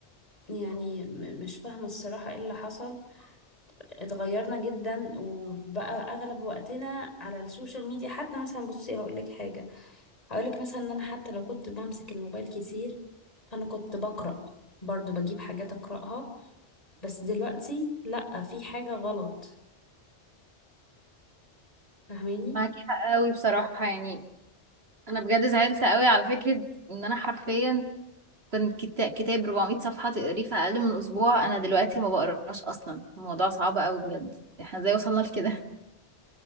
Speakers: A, on the left; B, on the right.
A: يعني م- مش فاهمة الصراحة ايه اللي حصل اتغيرنا جدا وبقى اغلب وقتنا على السوشيال ميديا حتى مثلا بصي هقول لك حاجه هقول لك مثلا ان انا حتى لو كنت بمسك الموبايل كتير فانا كنت بقرا برضو بجيب حاجات اقراها بس دلوقتي لا في حاجه غلط فاهماني
B: معاكي حق قوي بصراحة يعني أنا بجد زعلت قوي على فكرة إن أنا حرفيا كنت كتا- كتاب 400 صفحة تقريه في أقل من أسبوع أنا دلوقتي ما بقراش أصلا الموضوع صعب قوي بجد احنا ازاي وصلنا لكده <laughs>